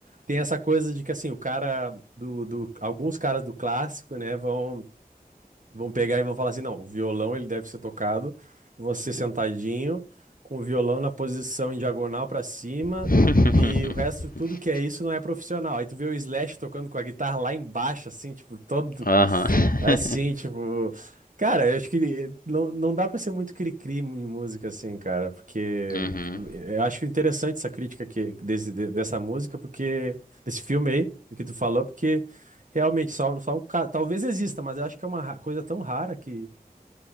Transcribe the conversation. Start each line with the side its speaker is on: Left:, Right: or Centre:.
Right: tem essa coisa de que, assim, o cara do, do... Alguns caras do clássico, né, vão... Vão pegar e vão falar assim, não, o violão ele deve ser tocado, você sentadinho, com o violão na posição em diagonal pra cima,
Left: <laughs>
Right: e o resto, tudo que é isso não é profissional. Aí tu vê o Slash tocando com a guitarra lá embaixo, assim, tipo, todo,
Left: Aham.
Right: assim,
Left: <laughs>
Right: tipo... Cara, eu acho que eh, não, não dá pra ser muito cri-cri em música, assim, cara, porque
Left: Uhum.
Right: eh, eu acho interessante essa crítica que, desse, de- dessa música, porque, desse filme aí, do que tu falou, porque... Realmente, só, só um caso. Talvez exista, mas eu acho que é uma ra- coisa tão rara que.